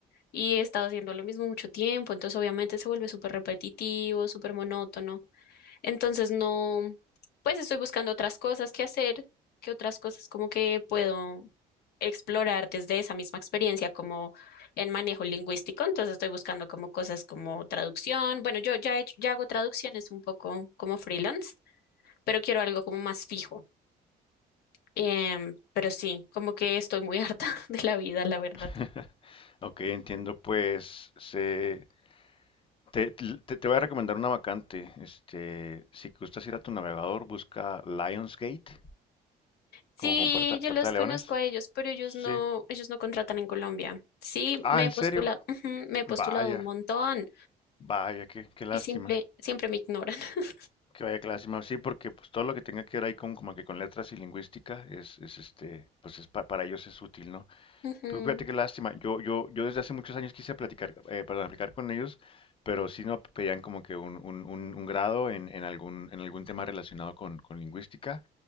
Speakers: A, on the left; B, on the left.
A: y he estado haciendo lo mismo mucho tiempo. Entonces, obviamente, se vuelve súper repetitivo, súper monótono. Entonces no, pues estoy buscando otras cosas que hacer, que otras cosas como que puedo explorar desde esa misma experiencia como en manejo lingüístico. Entonces estoy buscando como cosas como traducción. Bueno, yo ya, he hecho- ya hago traducciones un poco como freelance, pero quiero algo como más fijo. Em, pero sí, como que estoy muy <laughs> harta de la vida, la verdad.
B: <laughs> Ok, entiendo, pues se, Te, te- te voy a recomendar una vacante. Este, si gustas ir a tu navegador, busca Lionsgate,
A: Sí,
B: como con puerta, puerta
A: yo los
B: de
A: conozco
B: leones.
A: a ellos, pero ellos
B: Sí.
A: no, ellos no contratan en Colombia. Sí,
B: Ah,
A: me
B: ¿en
A: he postulado,
B: serio?
A: ujú, me he
B: Vaya,
A: postulado un montón.
B: vaya, qué, qué lástima.
A: y simple, siempre me ignoran. <laughs>
B: Que vaya, qué lástima. Sí, porque pues todo lo que tenga que ver ahí con, como que con letras y lingüística es, es este, pues es pa- para ellos es útil, ¿no?
A: Ujú,
B: Pero fíjate qué lástima. Yo, yo, yo desde hace muchos años quise platicar, eh, perdón, aplicar con ellos, pero sí no pedían como que un, un, un, un grado en, en algún, en algún tema relacionado con, con lingüística.